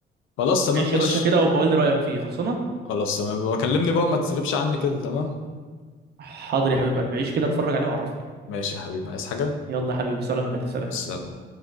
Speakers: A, on the left; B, on the right.
A: خلاص تمام
B: عيش
A: ماشي
B: يا باشا كده وبقول لي رايك فيه خلصانه
A: خلاص تمام وكلمني بقى وما تسيبش عني كده تمام
B: حاضر يا حبيب قلبي عيش كده اتفرج عليه وعرفني
A: ماشي يا حبيبي عايز حاجة
B: يلا يا حبيبي سلام يا غالي سلام
A: سلام